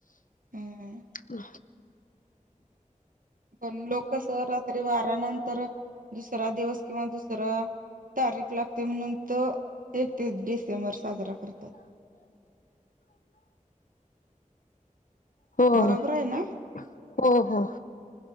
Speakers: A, on the right; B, on the left.
A: हयू
B: हम
A: पण लोक सह रात्री बारा नंतर दुसरा दिवस किंवा दुसरा तारीख लागते म्हणंत ते ते सेेमर साजरा करतात
B: हो
A: बरोबर
B: हो
A: आहे ना?
B: हो